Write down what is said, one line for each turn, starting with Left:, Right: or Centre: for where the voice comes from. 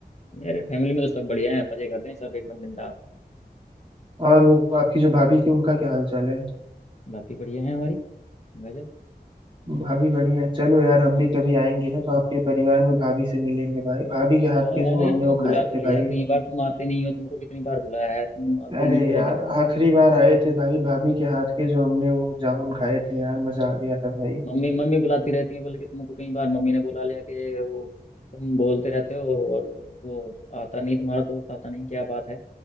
Left: मेरे फैमिली में तो सब बढ़िया है मजे कर रहे हैं सब एकदम बिंदास
Right: और वो आपकी जो भाभी थी उनका क्या हाल चाल है
Left: बाकी बढ़िया है हमारी गजब
Right: भाभी बढ़िया है चलो यार हम
Left: हाँ।
Right: भी कभी आएंगे ना तो आपके परिवार में भाभी से मिलेंगे भाई भाभी के हाथ
Left: आओ
Right: के जो
Left: आओ यार
Right: हमने
Left: तुम
Right: वो
Left: बुला
Right: खाए
Left: तो
Right: थे
Left: लिया
Right: भाई
Left: कई बार तुम आते नहीं हो तुमको कितनी बार बुलाया है तुम आते
Right: अरे
Left: ही नहीं हो
Right: यार
Left: लेकिन
Right: आखिरी बार आए थे भाई भाभी के हाथ के जो हमने वो जामुन खाए थे यार मजा आ गया था भाई
Left: मम्मी मम्मी बुलाती रहती है बल्कि तुमको कई बार मम्मी ने बुला लिया कि वो तुम बोलते रहते हो और वो आता नहीं तुम्हारा दोस्त आता नहीं क्या बात है